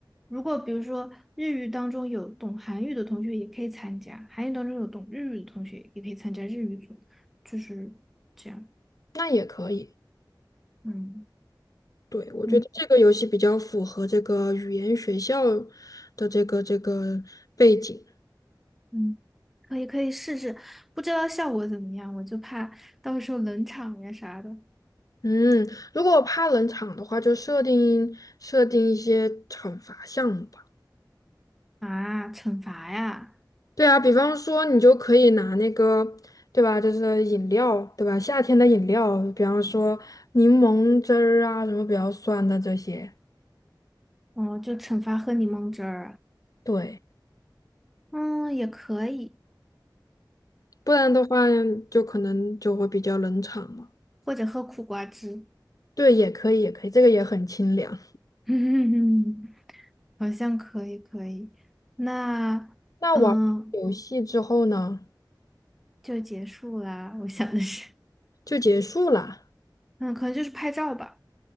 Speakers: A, in the centre; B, on the left (about 50°).
A: 如果比如说日语当中有懂韩语的同学也可以参加，韩语当中有懂日语的同学也可以参加日语组，就是这样。
B: 那也可以，
A: 嗯
B: 对，我觉得这个游戏比较符合这个语言学校
A: 嗯
B: 的这个这个背景。
A: 嗯，可以可以试试，不知道效果怎么样，我就怕到时候冷场呀啥的
B: 嗯，如果怕冷场的话，就设定设定一些惩罚项目。吧。
A: 啊，惩罚呀，
B: 对啊，比方说你就可以拿那个，对吧？就是饮料，对吧？夏天的饮料，比方说柠檬汁儿啊，什么比较酸的这些，
A: 哦，就惩罚喝柠檬汁儿啊，
B: 对，
A: 嗯，也可以，
B: 不然的话就可能就会比较冷场嘛。
A: 或者喝苦瓜汁，
B: 对，也可以，也可以，这个也很清凉。
A: <laughs> 好像可以可以。那嗯。
B: 那玩游戏之后呢，
A: 就结束啦。我想的是，
B: 就结束啦。
A: 嗯，可能就是拍照吧。